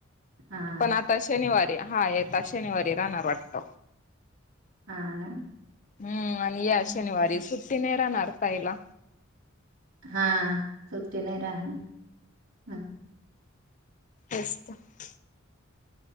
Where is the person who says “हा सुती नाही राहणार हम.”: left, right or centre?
Right